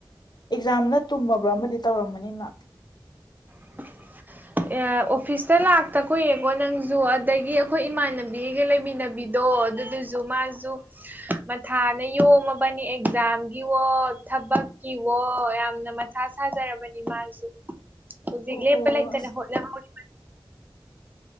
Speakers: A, on the left; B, on the right.
A: ꯑꯦꯛꯖꯥꯝꯅ ꯇꯨꯝꯃꯕ꯭ꯔꯥ ꯑꯃꯗꯤ ꯇꯧꯔꯝꯃꯅꯤ ꯃ
B: <inaudible> ꯑꯦ ꯑꯣꯐꯤꯁꯇ ꯂꯥꯛꯇ ꯀꯨꯢꯔꯦꯀꯣ ꯅꯪꯖꯨ ꯑꯗꯒꯤ ꯑꯈꯣꯢ ꯏꯃꯥꯟꯅꯕꯤꯒ ꯂꯩꯃꯤꯟꯅꯕꯤ ꯗꯣ ꯑꯗꯨꯗꯨꯖꯨ ꯃꯥꯖꯨ ꯃꯊꯥꯅ ꯌꯣꯝꯃꯕꯅꯤ ꯑꯦꯛꯖꯥꯝꯒꯤꯋꯣ ꯊꯕꯛꯀꯤꯋꯣ ꯌꯥꯝꯅ ꯃ ꯊꯥ ꯁꯥꯖꯔꯕꯅꯤ ꯃꯥꯖꯨ ꯍꯧꯖꯤꯛ
A: ꯑꯣꯍꯣ
B: ꯂꯦꯞꯄ ꯂꯩꯇꯅ
A: ꯑꯁ
B: ꯍꯣꯠꯅꯍꯧꯔꯤꯕꯅꯤ